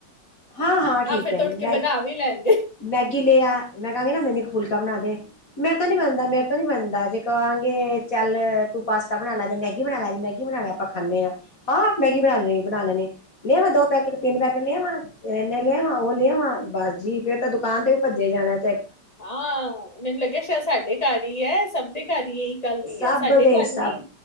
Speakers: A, on the left (about 50°); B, on the left (about 20°).
A: ਹਾਂ ਹਾਂ ਠੀਕ
B: ਫੇਰ
A: ਹੈ
B: ਤੇ ਉੱਠ
A: ਮੈਂ
B: ਕੇ ਬਣਾ ਵੀ ਲੈਣਗੇ
A: ਮੈਗੀ ਲੇ ਆ ਮੈਂ ਕਹਾਂਗੀ ਨਾ ਮੈਨੂੰ ਇੱਕ ਫੁਲਕਾ ਬਣਾ ਦੇ ਮੇਰੇ ਤੋਂ ਨੀ ਬਨਦਾ ਮੇਰੇ ਤੋਂ ਨੀ ਬਨਦਾ ਜੇ ਕਹਾਂਗੇ ਚੱਲ ਤੂੰ ਪਾਸਤਾ ਬਣਾ ਲੈ ਜਾਂ ਮੈਗੀ ਬਣਾ ਲੈ ਜ ਮੈਗੀ ਬਣਾ ਲੈ ਆਪਾਂ ਖਾਂਨੇ ਆਂ ਹਾਂ ਮੈਗੀ ਬਣਾ ਲਣੀ ਬਣਾ ਲੈਣੇ ਲੇਆਵਾਂ ਦੋ ਪੈਕੇਟ ਤਿੰਨ ਪੈਕੇਟ ਲੇਆਵਾਂ ਇੰਨੇ ਲੇਆਵਾਂ ਉਹ ਲੇਆਵਾਂ ਬਸ ਜੀ ਫੇਰ ਤਾਂ ਦੁਕਾਨ ਤੇ ਭੱਜੇ ਜਾਣੈ
B: ਆਹੋ ਮੈਨੂੰ ਲੱਗਿਆ ਸ਼ਾਇਦ ਸਾਡੇ ਘਰ ਹੀ ਹੈ ਸਭ ਦੇ ਘਰ ਹੀ ਈ ਗੱਲ ਏ
A: ਸਭ
B: ਹੈ ਸਾਡੇ
A: ਦੇ
B: ਘਰ
A: ਸਭ
B: ਵੀ